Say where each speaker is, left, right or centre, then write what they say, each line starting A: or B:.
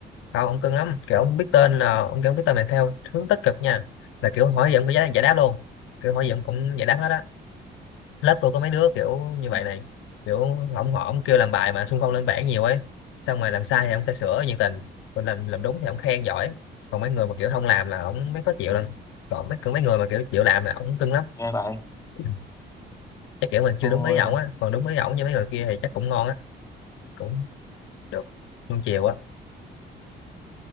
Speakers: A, on the left; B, on the left.
A: không ổng cưng lắm kiểu ổng biết tên là ổng kiểu biết tên này theo hướng tích cực nha là kiểu hỏi gì ổng cũng giải giải đáp luôn kiểu hỏi gì ổng cũng giải đáp hết á lớp tôi có mấy đứa kiểu như
B: ừ
A: vậy này kiểu ổng họ ổng kêu làm bài mà xung phong lên bảng nhiều ấy xong mà làm sai thì ổng sẽ sửa nhiệt tình còn làm làm đúng thì ổng khen giỏi còn mấy người mà kiểu không làm là ổng mới khó chịu lên còn mấy còn mấy người mà kiểu chịu làm là ổng cưng lắm
B: nghe vậy
A: Ừ, chắc kiểu mình chưa
B: thôi
A: đúng ý ổng á còn đúng ý ổng như mấy người kia thì chắc cũng ngon á cũng được luôn chiều á